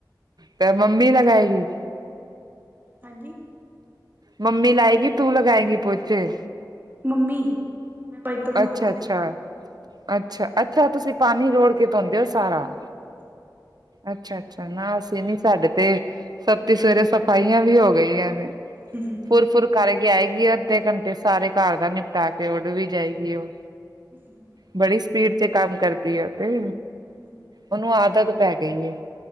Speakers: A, on the right; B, on the right.
A: ਤੇ ਮੰਮੀ ਲਗਾਏਗੀ।
B: ਹਾਂਜੀ
A: ਮੰਮੀ ਲਾਏਗੀ, ਤੂੰ ਲਗਾਏਂਗੀ ਪੋਚੇ।
B: ਮੰਮੀ ਮੈਂ ਵਾਈਪਰ
A: ਅੱਛਾ
B: ਮਾਰਦੀ
A: ਅੱਛਾ
B: ਆ
A: ਅੱਛਾ ਅੱਛਾ, ਤੁਸੀਂ ਪਾਣੀ ਰੋੜ ਕੇ ਧੋਂਦੇ ਹੋ। ਸਾਰਾ
B: ਹੂੰ
A: ਅੱਛਾ ਅੱਛਾ ਨਾ ਅਸੀਂ ਨੀ, ਸਾਡੇ ਤੇ ਸਤੀ ਸਵੇਰੇ ਸਫਾਈਆਂ ਵੀ ਹੋ ਗਈਆਂ ਨੇ।
B: ਹੂੰ
A: ਫੁਰ ਫੁਰ ਕਰਕੇ ਆਏਗੀ ਅੱਧੇ ਘੰਟੇ ਸਾਰੇ ਘਰ ਦਾ ਨਿਪਟਾ ਕੇ ਉੜ ਵੀ ਜਾਏਗੀ। ਏ ਉਹ
B: ਕਿਸ <unintelligible>
A: ਬੜੀ ਸਪੀਡ ਤੇ ਕੰਮ ਕਰਦੀ ਹੈ, ਔ ਤੇ।
B: ਹੂ
A: ਉਹਨੂੰ ਆਦਤ ਪੈ ਗਈ ਏ।